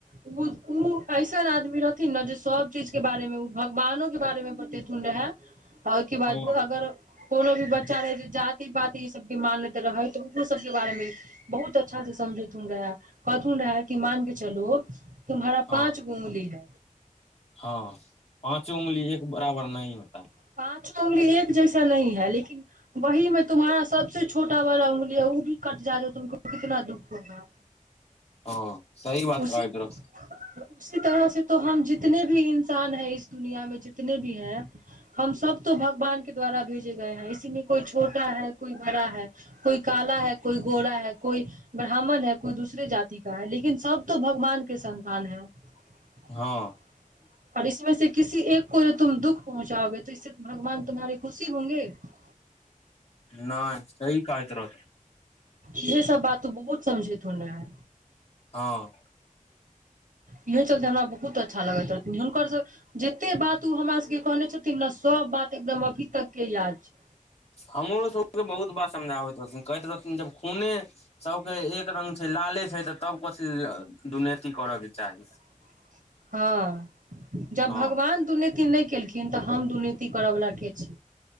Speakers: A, on the right; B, on the left.
A: उ-उ ऐसन आदमी रहथिन न जे सब चीज के बारे में उ भगवानो के बारे में बतेथुन रहै ओय के बाद
B: हँ
A: अगर कोनो भी बच्चा रहै जे जाति-पाति ई सब भी मानैत रहै तऽ उहो सबके बारे में बहुत अच्छा से समझैथुन रहै कहथुन रहै कि मान के चलो <unintelligible>
B: हँ <unintelligible>
A: <unintelligible> <unintelligible>
B: हँ सही बात
A: उसी
B: कहैत रह
A: <unintelligible> <unintelligible> <unintelligible> <unintelligible> <unintelligible>
B: हँ
A: <unintelligible>
B: नैय सही कहैत रह
A: ईहे सब बात ओ बहुत समझैथुन रहै
B: हँ
A: इहे चलते हमरा बहुत अच्छा लगैत रहथिन हुनकर सभ जत्ते बात उ हमरा सबके कहने छथिन न सब बात एकदम अभी तक के याद छै।
B: हमरो सबके बहुत बात समझाबैत रहथिन कहैत रहथिन जब खूने सबके एक रंग छै लाले छै तऽ सब कहतै जे दुनैती करऽ के चाही।
A: <inaudible> हँ, जब
B: हँ
A: भगवान दुनैति नै केलखिन तऽ हम दुनैति करऽ वला के छी।